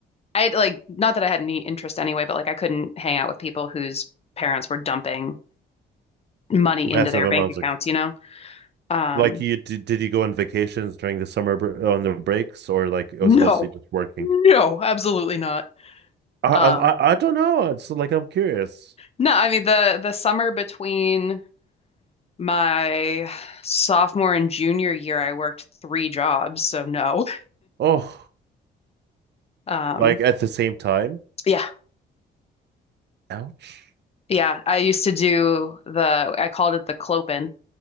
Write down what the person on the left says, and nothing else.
I like not that I had any interest anyway, but like I couldn't hang out with people whose parents were dumping money
into their bank
accounts,
you know? Um,
no.
No, absolutely not.
Um,
No, I mean the the summer between my sophomore and junior year, I worked three jobs, so no.
Um,
yeah,
yeah. I used to do the I called it the clopen,